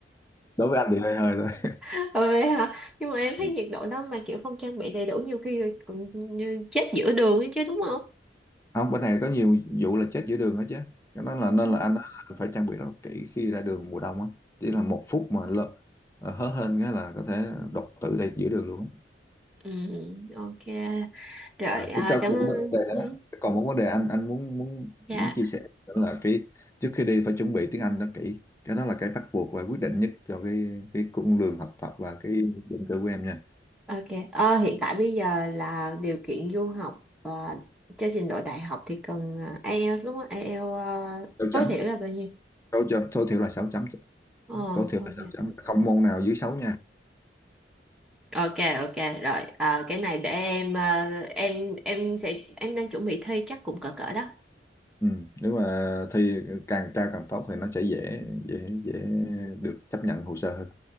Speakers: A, on the left (about 15°); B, in the centre.
A: đối với anh thì hơi hơi thôi
B: <laughs> Ôi, vậy hả nhưng mà em thấy
A: <laughs>
B: nhiệt độ đó mà kiểu không trang bị đầy đủ nhiều khi rồi còn như chết giữa đường ấy chứ đúng không
A: không bên này có nhiều vụ là chết giữa đường hết chứ cho nên là
B: ừ,
A: nên là anh đó phải trang bị rất kỹ khi ra đường mùa đông á chỉ là một phút mà lỡ hớ hên cái là có thể đột tử đây giữa đường luôn á.
B: ừ, ok rồi
A: à,
B: à,
A: chúng ta
B: cảm
A: còn
B: ơn
A: một vấn đề
B: ừ,
A: nữa còn một vấn đề anh anh muốn muốn
B: dạ
A: muốn chia sẻ nữa là cái trước khi đi phải chuẩn bị tiếng Anh nó kỹ cái đó là cái bắt buộc và quyết định nhất cho cái cái cung đường học tập và cái định cư của em nha
B: ok Ờ, hiện tại bây giờ là điều kiện du học và cho trình độ đại học thì cần à, IELTS đúng không IELTS à,
A: sáu
B: tối
A: chấm
B: thiểu là bao nhiêu
A: tối cho tối thiểu là sáu chấm
B: ờ
A: tối thiểu
B: ok
A: là sáu chấm không môn nào dưới sáu nha
B: Ok ok rồi Ờ, cái này để em ờ, em em sẽ em đang chuẩn bị thi chắc cũng cỡ cỡ đó
A: Ừ, nếu mà thi càng cao càng tốt thì nó sẽ dễ dễ dễ được chấp nhận hồ sơ hơn.